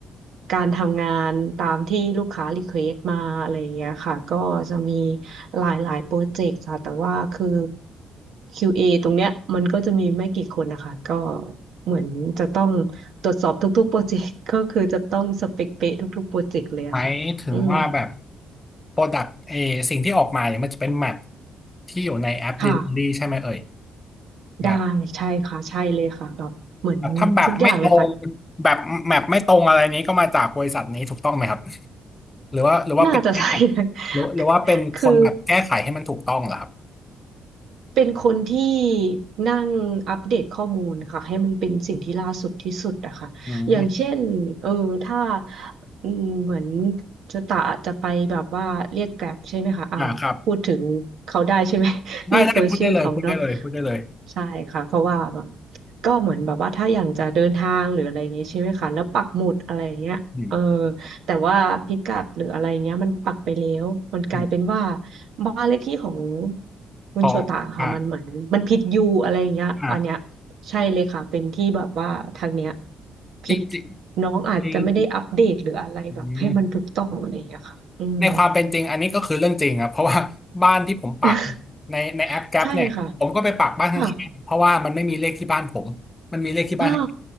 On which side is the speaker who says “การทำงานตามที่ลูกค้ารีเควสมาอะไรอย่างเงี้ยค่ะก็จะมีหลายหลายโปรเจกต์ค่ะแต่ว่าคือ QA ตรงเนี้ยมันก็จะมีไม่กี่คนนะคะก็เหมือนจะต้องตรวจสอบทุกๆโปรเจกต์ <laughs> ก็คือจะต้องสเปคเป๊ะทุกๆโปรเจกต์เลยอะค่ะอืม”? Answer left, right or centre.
Right